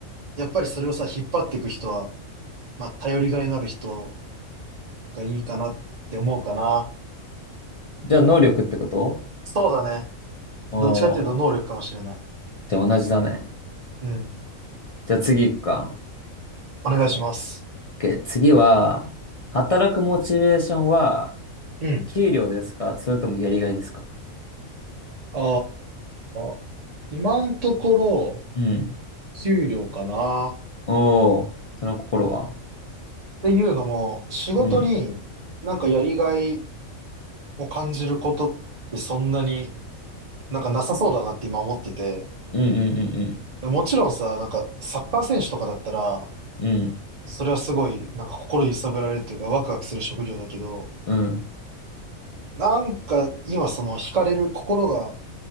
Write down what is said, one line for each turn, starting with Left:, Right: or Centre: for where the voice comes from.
Right: やっぱりそれをさ、引っ張っていく人は、まあ、頼りがいのある人がいいかなって思うかな。
Left: じゃあ能力ってこと
Right: そうだね。
Left: お
Right: どっちかっていうと能力かもしれない。
Left: ー。じゃあ同じだね。
Right: うん。
Left: じゃあ次行くか。
Right: お願いします。
Left: OK、次は、働くモチベーションは、
Right: うん。
Left: 給料ですかそれともやりがいですか
Right: ああ、今のところ、
Left: うん。
Right: 給料かな。っ
Left: おー、その心は
Right: ていうのも、仕事になんかやりがい
Left: うん。
Right: を感じることってそんなになんかなさそうだなって今思ってて。
Left: うんうん
Right: もちろんさ、なんかサッカー選手とかだったら、
Left: うんうん。うん。
Right: それはすごいなんか心揺さぶられるというかワクワクする職業だけど、
Left: うん。
Right: なんか今その惹かれる、心が